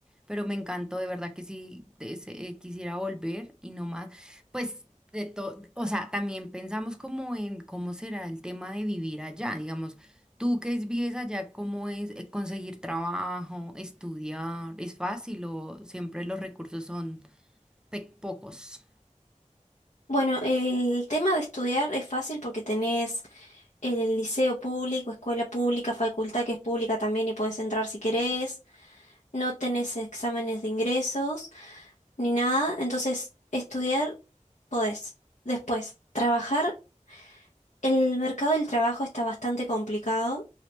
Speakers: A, in the centre; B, on the left (about 65°).
A: Pero me encantó, de verdad que sí de ese- eh, quisiera volver y no más. Pues de todo, o sea, también pensamos como en cómo será el tema de vivir allá, digamos, tú que es- vives allá, ¿cómo es eh, conseguir trabajo, estudiar? ¿Es fácil o siempre los recursos son pe- pocos?
B: Bueno, el tema de estudiar es fácil porque tenés El, el liceo público, escuela pública, facultad que es pública también y podés entrar si querés. No tenés exámenes de ingresos ni nada. Entonces, estudiar podés. Después, trabajar. El mercado del trabajo está bastante complicado.